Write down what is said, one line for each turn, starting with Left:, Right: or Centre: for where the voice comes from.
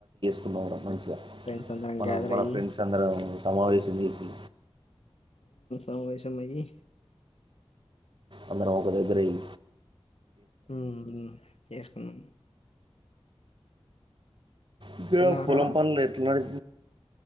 Right: ప్లోరా పంచ్
Left: ఫ్రెండ్స్ అందరం
Right: మనం
Left: గ్యాదర్
Right: మన
Left: అయ్యి
Right: ఫ్రెండ్స్ అందరం సమావేశం చేసి
Left: అం వైశమ్ అయి
Right: అందరం ఒక దగ్గర అయి
Left: ఉమ్ చేసుకున్నాం
Right: ఇక్కడ
Left: తిన్నవారాడా
Right: పొలం పనులు ఎట్లాన్నాయి